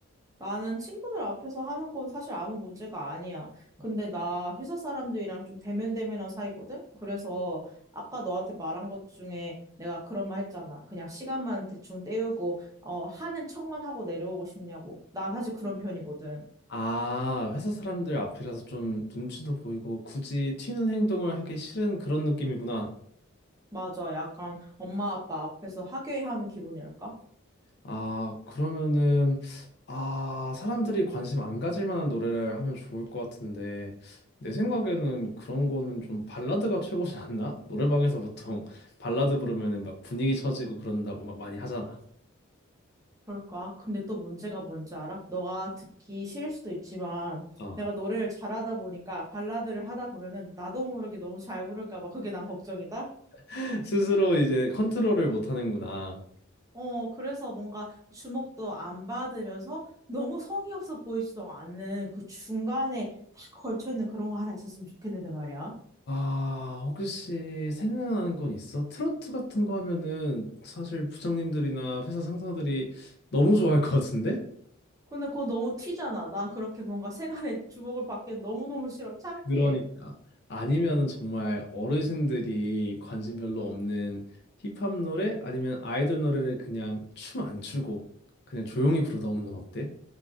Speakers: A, on the right; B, on the left.
A: 나는 친구들 앞에서 하는 건 사실 아무 문제가 아니야. 근데 나 회사 사람들이랑 좀 대면대면한 사이거든? 그래서 아까 너한테 말한 것 중에 내가 그런 말 했잖아. 그냥 시간만 대충 때우고, 어, 하는 척만 하고 내려오고 싶냐고. 난 사실 그런 편이거든.
B: 아, 회사 사람들 앞이라서 좀 눈치도 보이고 굳이 튀는 행동을 하기 싫은 그런 느낌이구나.
A: 맞아. 약간 엄마 아빠 앞에서 하괴해하는 기분이랄까?
B: 아, 그러면은 아, 사람들이 관심 안 가질 만한 노래를 하면 좋을 것 같은데 내 생각에는 그런 거는 좀 발라드가 최고지 않나? 노래방에서 보통 발라드 부르면은 막 분위기 처지고 그런다고 막 많이 하잖아.
A: 그럴까? 근데 또 문제가 뭔지 알아? 너가 듣기 싫을 수도 있지만,
B: 어.
A: 내가 노래를 잘하다 보니까 발라드를 하다 보면은 나도 모르게 너무 잘 부를까 봐 그게 난 걱정이다.
B: <laughs> 스스로 이제 컨트롤을 못 하는구나.
A: 어, 그래서 뭔가 주목도 안 받으면서 너무 성의 없어 보이지도 않는 그 중간에 딱 걸쳐있는 그런 거 하나 있었으면 좋겠는데 말이야.
B: 아, 혹시 생각나는 건 있어? 트로트 같은 거 하면은 사실 부장님들이나 회사 상사들이 너무 좋아할 것 같은데?
A: 근데 그거 너무 튀잖아. 난 그렇게 뭔가 세간의 주목을 받기 너무너무 싫어. 창피해.
B: 그러니까. 아니면은 정말 어르신들이 관심 별로 없는 힙합 노래 아니면 아이돌 노래를 그냥 춤 안 추고 그냥 조용히 부르다 오는 건 어때?